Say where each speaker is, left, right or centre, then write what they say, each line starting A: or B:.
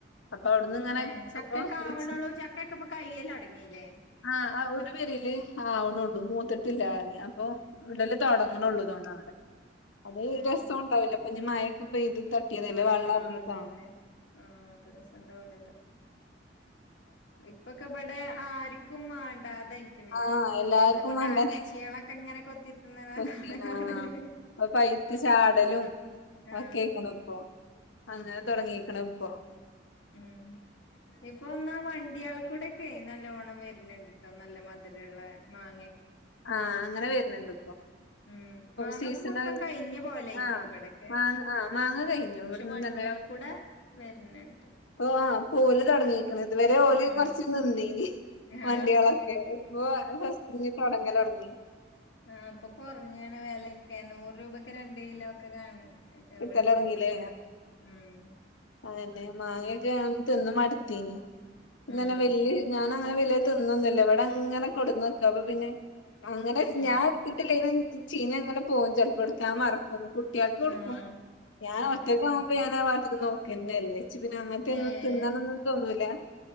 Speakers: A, on the left; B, on the left.
A: അപ്പൊ അവിടുന്ന് ഇങ്ങനെ
B: ഏ
A: കിട്ടുമ്പോ
B: ചക്കൊക്കെ ആവ്ണൊല്ലൂ
A: ഇച്ചി-
B: ചക്കെയൊക്കെപ്പൊ കയ്യലൊട്ങീലെ
A: ആ ആ ഒരു പെരീല് ആവ്ണൊല്ലൂ മൂത്തിട്ടില്ലാർഞ്ഞി അപ്പോ ഒടങ്ങണൊല്ലൂ
B: ഉം
A: തോന്നൗടെ അത്
B: ഏഹ്
A: രസൂടാവില്യപ്പിഞ്ഞി മയ <unintelligible> ഇ തട്ടിയതല്ലെ
B: ആഹ്
A: വള്ളർങി
B: അതന്നെ
A: പാവം
B: ആഹ് അപ്പൊ രസണ്ടാവൂല ചക്ക ഇപ്പൊക്കെ ഇബടെ ആർക്കും ടാതായിക്ക്ണ്
A: ആഹ് എല്ലാർക്കും
B: എദ്ധപ്പ
A: വേണ്ടതേ
B: കാക്കച്യലൊക്കെങനെകൊത്തിതിന്ന്ണ
A: കൊത്തിന
B: കാണല്
A: അത് പഴുത്ത് ചാടലും
B: ആ
A: ഒക്കെ ആയിക്കണ് ഇപ്പൊ അങ്ങനെ തൊടങ്ങീക്ക്ണുപ്പൊ
B: ഉം ഇപ്പൊ ഒന്നാ വണ്ടി ആൾ ഇവടൊക്കെ നല്ലോണം വര്ണ്ഢ് ട്ടോ നല്ല മധുരമ ഉുള്ള മാങ്ങ
A: ആഹ അങ്ങനെ വരുന്നുണ്ടണ്ട്
B: ഉം മാങ്ങപ്പ
A: സീസൺ
B: മൊത്തം
A: ആഹ
B: കഴിഞ്ഞ പോലെ ആയിക്കണ് ഇവിടൊക്കെ
A: മാങ്ങ ആ് മാങ്ങ കഴിഞ്ഞു ഇവിടുന്ന്
B: പക്ഷെ വണ്ടിയാൾക്കൂടെ
A: തന്നെ
B: വരുന്നുണ്ട്
A: ആഹ് ഓല് തുടങ്ങിക്കണ ഇതുവരെ ഓല
B: ഉം
A: കൊറച്ച നിന്നന്
B: ആഹ്
A: വണ്ടികളൊക്കെ ഇ ഫറ്റ് ഇറങ്ങി
B: ആ അപ്പൊ കുറഞ്ഞാണ് വിലയൊക്കെ നൂറ് രൂപയ്ക്ക് രണ്ട് കിലോ ഒക്കെ കാണ
A: കിട്ടലൊടങ്ങീല്ലേ
B: വിളിച്ചറിഞ്ഞ പോണ ഉം
A: അന്നെ മാങ്ങയൊക്കെ ആുമ്പ തന്ന മടുത്തീനി ഇന്നനെ
B: ഉം
A: വല്യ ഞാന അങ്ങനെ വിലൽ തിന്നില്ല ഇവിടെ അങ്ങനെ കൊടുന്ന് നോക്കും അപ്പൊ പിന്നെ അങ്ങനെ
B: ഏ
A: ഞാൻ എടുത്തിട്ടില്ലേന ചീന അങ്ങനെ പോകും ചിലപ്പെടുക്കാൻ മറക്കും കുട്ടിയക്ക് കൊടുക്കും
B: ആഹ്
A: ഞ
B: ആഹ്
A: വറ്റക്ക
B: ആഹ്
A: പ നാ വ ക്ക് നോക്കെന്നേ ല്ലേ. ച്ച് പിന്നെ അങ്ങൻത്തെ ഒന്നും
B: ഏഹ്
A: തിന്നണം ന്നും തോന്നൂലാ